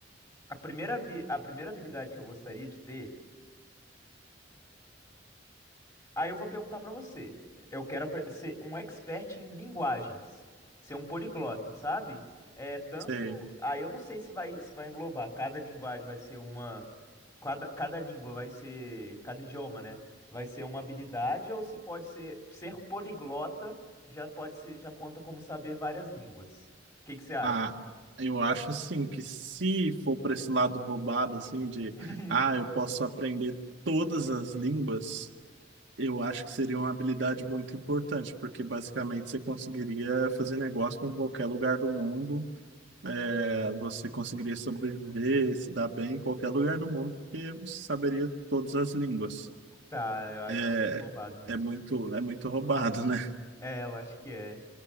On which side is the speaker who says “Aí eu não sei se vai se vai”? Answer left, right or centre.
Left